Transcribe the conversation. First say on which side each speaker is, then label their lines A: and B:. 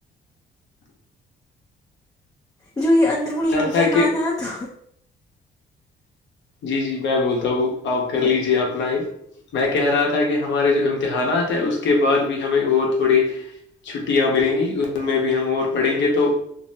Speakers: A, on the left; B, on the left.
A: جو یہ ادرونی
B: کہا
A: امتحان
B: تھا کہ
A: آ تو
B: جی جی میں بولتا ہوں آپ کر لیجے اپنا ہی میں کہہ رہا تھا کہ ہمارے جو امتحانات ہیں اس اس کے بعد بھی ہمیں اور تھوڑے چھٹیاں ملیں گی ان میں بھی ہم اور پڑھیں گے تو